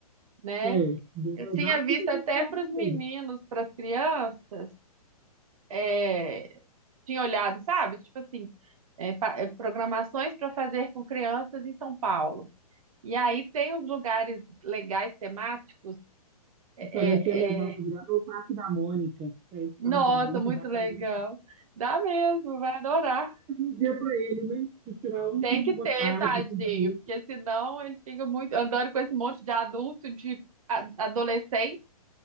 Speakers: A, on the right; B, on the right.
A: né?
B: É, de
A: Eu
B: verdade,
A: tinha visto
B: você tem
A: até
B: a Laura
A: para
B: pra
A: os meninos,
B: ir.
A: para as crianças, é, tinha olhado, sabe? Tipo assim, é, pa- é, programações para fazer com crianças em São Paulo. E aí tem os lugares legais, temáticos. é,
B: Eu falei que ia levar
A: é, é.
B: o Brás no Parque da Mônica. É, o
A: Nossa,
B: Parque da Mônica
A: muito
B: dá pra
A: legal.
B: ir.
A: Dá mesmo, vai adorar.
B: Um dia pra ele, né? Pra tirar um-
A: Tem que
B: uma
A: ter,
B: tarde
A: tadinho,
B: assim, pra ele.
A: porque senão ele fica muito andando com esse monte de adulto, de a- adolescente,